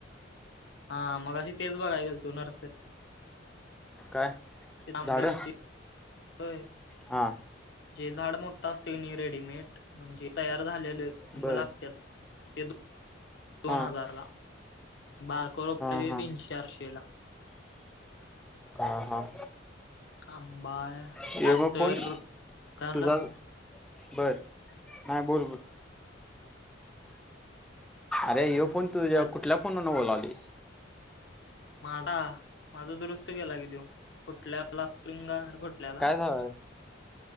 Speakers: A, on the left; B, in the centre.
A: हा मगशी तेच बघाय गेलतो नर
B: काय,
A: आंबे
B: झाड,
A: होतीत होय.
B: हा.
A: जे झाड मोठा असतय कणी रेडीमेड, म्हणजे तयार झालेलं. आंबे
B: बर.
A: लागत्यात, ते दोन, दोन
B: हा
A: हजार ला, बार <unintelligible>
B: हा हा
A: तीनशे चारशे ला.
B: हा हा.
A: आंबाये,
B: ह्यो
A: त्यानंतर,
B: मग फोन
A: काय म्हणलास?
B: तुझा बर नाही बोल बोल अरे ह फोन तुझ्या
A: आ
B: कुठल्या फोनवर न बोलावलीस
A: माझा माझा दुरुस्त केला की देऊ फुटल्याला स्क्रिंग गार्ड फुटल्याला
B: हा